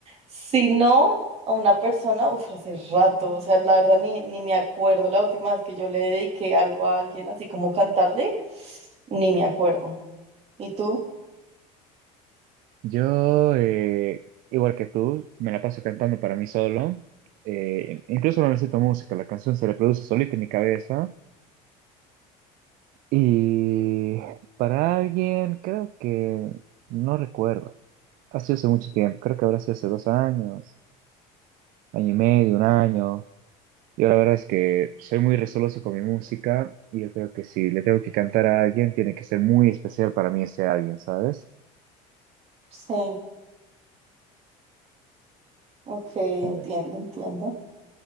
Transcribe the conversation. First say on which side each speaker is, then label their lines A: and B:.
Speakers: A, on the right; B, on the right.
A: Si no, a una persona, uff, hace rato, o sea, la verdad ni, ni me acuerdo la última vez que yo le dediqué algo a alguien, así como cantarle, ni me acuerdo. ¿Y tú?
B: Yo, eh, igual que tú, me la paso cantando para mí solo. Eh, incluso no necesito música, la canción se reproduce solita en mi cabeza. Y para alguien, creo que no recuerdo. Ha sido hace mucho tiempo, creo que habrá sido hace dos años, año y medio, un año. Yo la verdad es que soy muy resoloso con mi música y yo creo que si le tengo que cantar a alguien, tiene que ser muy especial para mí ese alguien, ¿sabes?
A: Sí, ok, entiendo,
B: A ver.
A: entiendo.